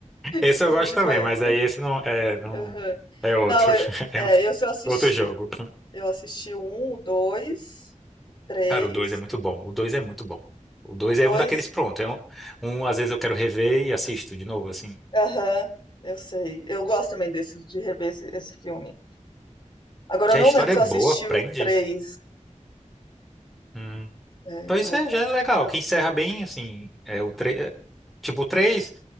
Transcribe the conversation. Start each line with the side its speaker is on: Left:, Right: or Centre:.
Centre: Esse
Left: eu confundi
Centre: eu gosto também,
Left: com esse.
Centre: mas aí esse não é, não
Left: Uhum.
Centre: é outro.
Left: Não, é,
Centre: <laughs> É
Left: é,
Centre: outro,
Left: esse eu assisti.
Centre: outro jogo.
Left: Eu assisti o um, o dois, o três,
Centre: Cara, o 2 é muito bom. O 2 é muito bom. O dois
Left: o dois.
Centre: é um daqueles pronto. É um, um, às vezes eu quero rever e assisto de novo, assim.
Left: Aham, eu sei. Eu gosto também desses, de rever esse, esse filme. Agora
Centre: Que
Left: eu não
Centre: a história
Left: lembro se
Centre: é boa,
Left: eu assisti
Centre: prende.
Left: o três
Centre: Hum.
Left: É,
Centre: Pois
Left: não.
Centre: é, já é legal. Que encerra bem, assim. É o três Tipo, o 3.